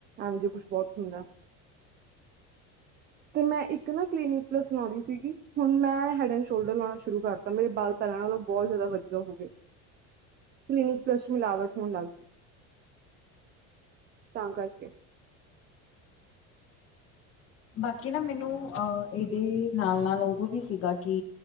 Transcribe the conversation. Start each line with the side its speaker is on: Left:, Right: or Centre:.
Right: ਐਵੇਂ ਜ ਕੁਛ ਬਹੁਤ ਹੁੰਦਾ ਤੇ ਮੈਂ ਇੱਕ ਨਾ ਕਲੀਨਿਕ ਪਲਸ ਲਾਉਂਦੀ ਸੀਗੀ ਹੁਣ ਮੈਂ ਹੈਡ ਐਂਡ ਸ਼ੋਲ ਸ਼ੋਲਡਰ ਲਾਉਣਾ ਸ਼ੁਰੂ ਕਰਤਾ ਮੇਰੇ ਬਾਲ ਪਹਿਲਾਂ ਨਾਲੋਂ ਬਹੁਤ ਜ਼ਿਆਦਾ ਵਧੀਆ ਹੋ ਗਏ ਕਲੀਨਿਕ ਪਲੱਸ ਮਿਲਾਵਟ ਹੋਣ ਲੱਗ ਗਈ ਤਾਂ ਕਰਕੇ
Left: ਬਾਕੀ ਨਾ ਮੈਨੂੰ ਅਹ ਇਹਦੇ ਨਾਲ ਨਾਲ ਉਹ ਵੀ ਸੀਗਾ ਕਿ